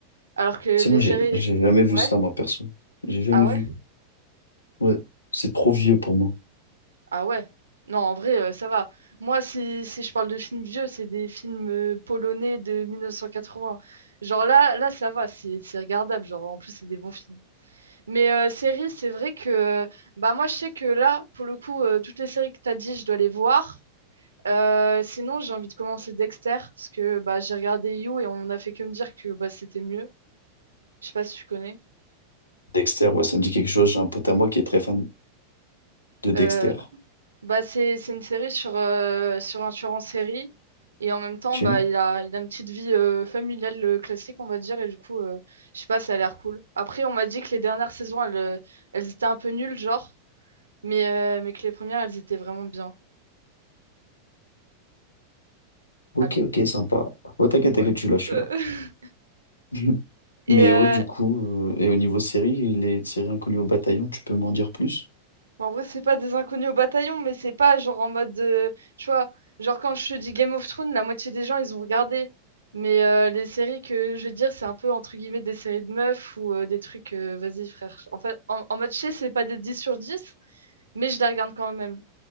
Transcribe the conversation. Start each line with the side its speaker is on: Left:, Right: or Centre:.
Right: Alors que
Left: C'est
Right: les
Left: moi,
Right: séries.
Left: j'ai, j'ai jamais vu
Right: Ouais?
Left: ça, moi, perso. J'ai jamais
Right: Ah
Left: vu.
Right: ouais?
Left: Ouais, c'est trop vieux pour moi.
Right: Ah ouais? Non, en vrai, euh, ça va. Moi, si, si je parle de films vieux, c'est des films euh, polonais de 1980. Genre là, là, ça va, c'est c'est regardable. Genre, en plus, c'est des bons films. Mais euh, série, c'est vrai que euh, bah moi je sais que là, pour le coup, euh, toutes les séries que tu as dit, je dois les voir. Euh, sinon, j'ai envie de commencer Dexter, parce que bah, j'ai regardé You et on n'a fait que me dire que bah, c'était mieux. Je sais pas si tu connais.
Left: Dexter, ouais, ça me dit quelque chose. J'ai un pote à moi qui est très fan de Dexter.
Right: Euh, bah, c'est, c'est une série sur, euh, sur un tueur en série. Et en même temps,
Left: Ok,
Right: bah, il a, il a une petite vie euh, familiale euh, classique, on va dire. Et du coup, euh, je sais pas, ça a l'air cool. Après, on m'a dit que les dernières saisons, elles, euh, elles étaient un peu nulles, genre. Mais, euh, mais que les premières, elles étaient vraiment bien.
Left: ok,
Right: Allô?
Left: ok, sympa. Ouais, t'inquiète,
Right: Ouais.
Left: t'inquiète, je suis là, je suis
Right: Euh, <laughs>
Left: là. <laughs>
Right: Et
Left: Mais
Right: euh,
Left: ouais, du coup, euh, et au niveau série, les séries inconnues au bataillon, tu peux m'en dire plus?
Right: bon, en vrai, c'est pas des inconnus au bataillon, mais c'est pas genre en mode. euh, tu vois, genre quand je te dis Game of Thrones, la moitié des gens, ils ont regardé. Mais euh, les séries que je veux dire, c'est un peu entre guillemets des séries de meufs ou euh, des trucs. euh, vas-y, frère. En fait, en, en mode chez, c'est pas des 10 sur 10 mais je les regarde quand même.